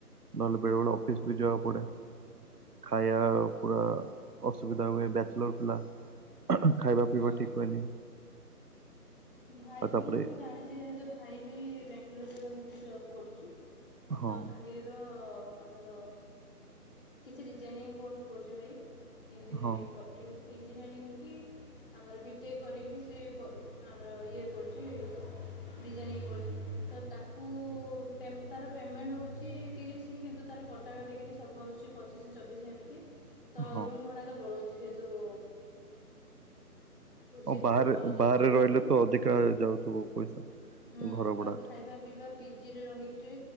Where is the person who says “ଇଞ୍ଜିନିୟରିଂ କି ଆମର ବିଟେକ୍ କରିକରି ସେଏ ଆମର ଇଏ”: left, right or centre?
Left